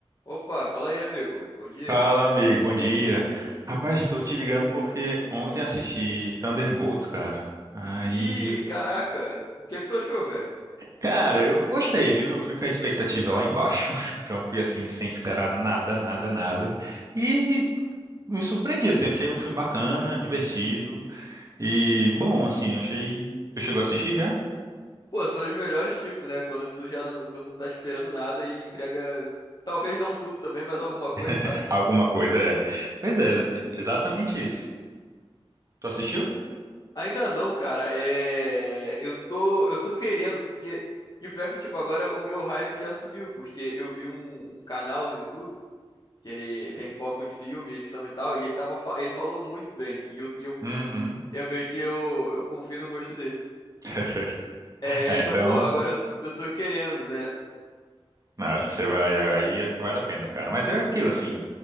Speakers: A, on the left; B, on the right.
A: Opa, fala aí, amigo. Bom dia.
B: Fala, amigo, bom dia. Rapaz, estou te ligando porque ontem assisti Thunderbolts, cara. Aí,
A: Ih, caraca, o que é que tu achou, velho?
B: cara, eu gostei, viu? Eu fui com a expectativa lá embaixo, <laughs> então fui assim, sem esperar nada, nada, nada. E me surpreendi, assim, achei o filme bacana, divertido e bom, assim, achei. Tu chegou a assistir já?
A: Pô, são os melhores tipos, né? Quando tu já não, quando tu tá esperando nada e ele entrega, talvez não tudo também, mas alguma coisa,
B: <laughs>
A: sabe?
B: Alguma coisa é. Pois é,
A: Sim.
B: exatamente isso. Tu assistiu?
A: Ainda não, cara. É, eu tô, eu tô querendo porque e o pior é que tipo agora o meu hype já subiu, porque eu vi um, um canal no YouTube que ele tem foco em filme, edição e tal, e ele tava, fa- ele falou muito bem. E eu, e eu,
B: Uhum.
A: eu meio que eu, eu confio no gosto dele.
B: <laughs>
A: É,
B: É,
A: então,
B: então.
A: pô, agora eu, eu tô querendo, né?
B: Não, acho que você vai. Aí vale a pena, cara. Mas é aquilo, assim.